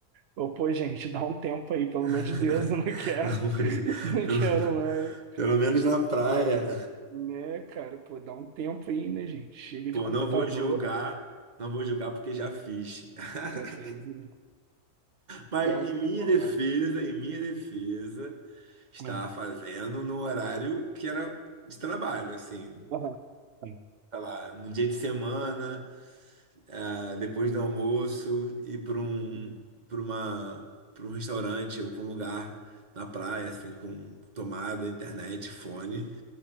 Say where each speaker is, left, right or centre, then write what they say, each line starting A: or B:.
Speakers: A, on the right; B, on the right.
A: ô pô, gente, dá um tempo aí, pelo amor
B: <laughs>
A: de Deus, <laughs> eu não quero, <laughs> não
B: Pelo,
A: quero mais.
B: pelo menos na praia.
A: Né, cara, pô, dá um tempo aí, né, gente? Chega
B: Pô,
A: de computador,
B: não vou julgar, não vou julgar porque já fiz. <laughs>
A: já fez, né?
B: Mas
A: É o
B: em minha
A: foda.
B: defesa, em minha defesa, estava
A: Ah,
B: fazendo no horário que era de trabalho, assim,
A: aham, sim.
B: sei lá, no dia de semana, ah, depois do almoço, ir para um,
A: Uhum.
B: para uma, para um restaurante ou para um lugar na praia, assim, com tomada, internet, fone,